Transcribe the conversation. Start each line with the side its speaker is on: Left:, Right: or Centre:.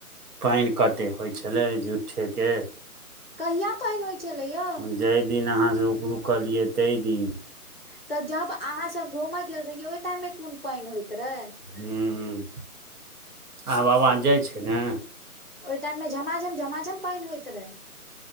Right: पैन कतेक होइ छेलै झुठे के
Left: कहिया पानइन होइ छलै यौ
Right: जैय दिन अहाँ सँ रुक रुकलियै तैय दिन।
Left: तऽ जब आहाँ सब घूमऽ गेल रहियै ओय टाइम में कोन पैन होयइत रहे?
Right: हूँ आब आबाज जाइ छै ने?
Left: ओय टाइम मे झमाझम झमाझम पैन होइत रहै।